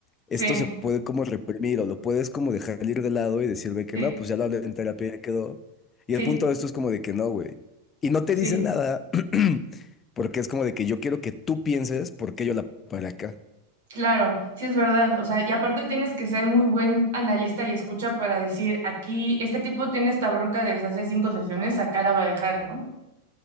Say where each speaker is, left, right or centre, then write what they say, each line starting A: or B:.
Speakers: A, on the left (about 25°); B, on the right (about 55°).
A: esto
B: Sí,
A: se puede como reprimir o lo puedes como dejar ir de lado y decir, güey, que
B: sí,
A: no, pues ya lo hablé en terapia, ya quedó.
B: sí,
A: Y el punto de esto es como de que no, güey. Y no te
B: sí,
A: dice nada <clears throat> porque es como de que yo quiero que tú pienses por qué yo la paré acá.
B: claro, sí es verdad. O sea, y aparte tienes que ser muy buen analista y escucha para decir, aquí, este tipo tiene esta bronca desde hace cinco sesiones, acá la va a dejar, ¿no?